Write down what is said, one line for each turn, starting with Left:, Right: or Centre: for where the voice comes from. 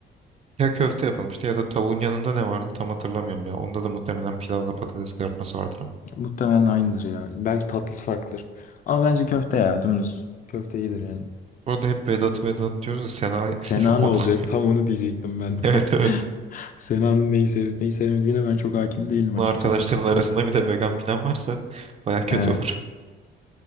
Right: Ya köfte yapılmıştı ya da tavuğun yanında ne vardı tam hatırlamıyorum ya. Onda da muhtemelen pilavla patates kızartması vardır ama.
Left: Muhtemelen aynıdır ya. Belki tatlısı farklıdır. Ama bence köfte ya dümdüz. Köfte iyidir yani.
Right: Burada hep Vedat'ı Vedat diyoruz da Sena
Left: Sena
Right: <laughs> onu.
Left: ne olacak?
Right: <laughs>
Left: Tam onu diyecektim ben.
Right: Evet evet.
Left: <laughs> Sena'nın neyi sevip neyi sevmediğine ben çok hakim değilim açıkçası.
Right: Bunu arkadaşların arasında bir de vegan falan varsa baya kötü
Left: He,
Right: olur.